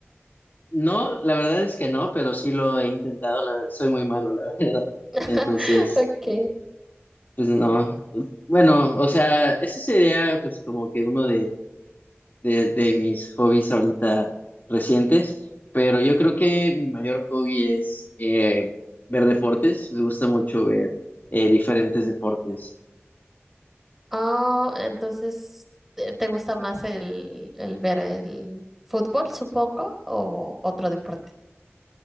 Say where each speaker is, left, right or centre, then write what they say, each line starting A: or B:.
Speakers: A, on the left; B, in the centre.
A: no, la verdad es que no, pero sí lo he intentado, la- soy muy malo, la <laughs> verdad.
B: <laughs>
A: Entonces,
B: Okay.
A: pues no. Bueno, o sea, ese sería pues como que uno de, de mis hobbies ahorita recientes, pero yo creo que mi mayor hobby es eh, ver deportes, me gusta mucho ver eh, diferentes deportes.
B: Ah, entonces, ¿te te gusta más el, el ver el fútbol, supongo, o otro deporte?